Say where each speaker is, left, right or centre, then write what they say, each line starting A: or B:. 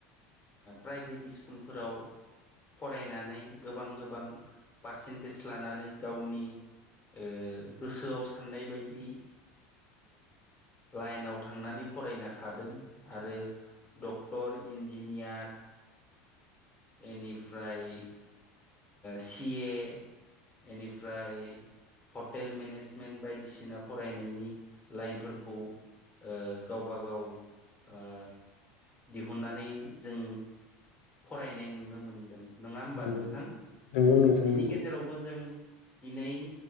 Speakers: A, on the left (about 20°); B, on the left (about 80°).
A: प्राइभेट स्कुलफोराव फरायनानै गोबां गोबां पारसेन्टेज लानानै गावनि ओ गोसोआव साननाय बायदि लाइनाव थांनानै फरायनो हादों आरो डक्टर इन्जिनियार बेनिफ्राय सिए बेनिफ्राय हटेल मेनेजमेन्ट बायदिसिना फरायनायनि लाइनफोरखौ ओ गावबा गाव ओ दिहुननानै जों फरायनाय नुनो मोनदों नङा होमबा
B: नंगौ
A: नोंथां
B: नोंथां नंगौ नोंथां
A: बिनि
B: नंगौ
A: गेजेरावबो
B: औ
A: जों दिनै